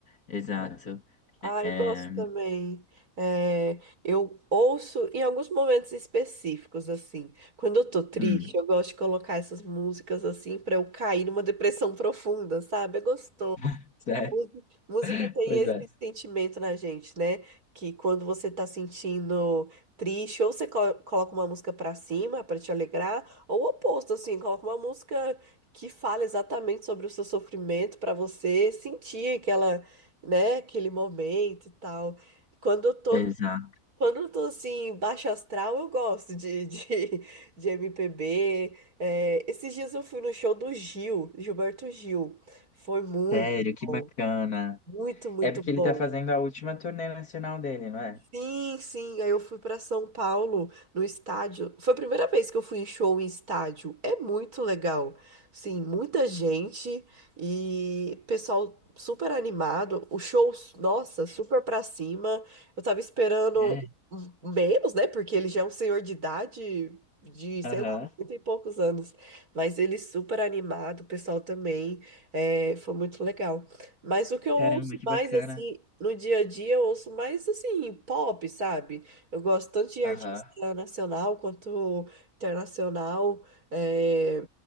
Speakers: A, on the left; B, on the right.
A: exato.
B: Ah,
A: É,
B: eu gosto também. É, eu ouço em alguns momentos específicos, assim. Quando eu tô triste,
A: hum,
B: eu gosto de colocar essas músicas assim para eu cair numa depressão <laughs> profunda, sabe? É gostoso.
A: <laughs>
B: Músi- Música tem
A: Pois
B: esse
A: é.
B: sentimento na gente, né? Que quando você tá sentindo triste, ou você co- coloca uma música pra cima pra te alegrar, ou o oposto, assim, coloca uma música que fala exatamente sobre o seu sofrimento pra você sentir aquela, né, aquele momento e tal. Quando eu tô,
A: Exato.
B: quando eu tô assim, baixo astral, eu gosto de, <laughs> de, de MPB. É, esses dias eu fui no show do Gil, Gilberto Gil. Foi muito
A: Sério, que
B: bom.
A: bacana.
B: Muito, muito
A: É porque
B: bom.
A: ele tá fazendo a última turnê nacional dele, não é?
B: Sim, sim. Aí eu fui para São Paulo no estádio. Foi a primeira vez que eu fui em show em estádio. É muito legal. Sim, muita gente e pessoal super animado. O show, nossa, super pra cima. Eu tava esperando
A: É.
B: um- menos, né? Porque ele já é um senhor de idade de, sei
A: Aham.
B: lá, 80 e poucos anos. Mas ele super animado, o pessoal também. É, foi muito legal. Mas o que eu
A: Caramba,
B: ouço
A: que
B: mais,
A: bacana.
B: assim, no dia a dia, eu ouço mais, assim, pop, sabe? Eu gosto tanto de artista
A: Aham.
B: nacional quanto internacional. É,